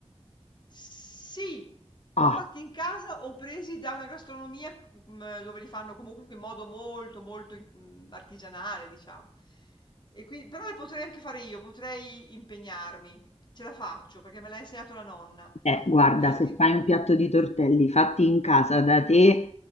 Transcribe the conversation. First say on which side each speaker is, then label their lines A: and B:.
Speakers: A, on the left; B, on the left.
A: Sì, o
B: Ah,
A: fatti in casa o presi da una gastronomia, mhmm, dove li fanno comunque in modo molto, molto in mhmm, artigianale diciamo. E qui però le potrei anche fare io, potrei impegnarmi. Ce la faccio perché me l'ha insegnato la nonna.
B: Eh, guarda,
A: E
B: se fai un piatto di tortelli fatti in casa da te,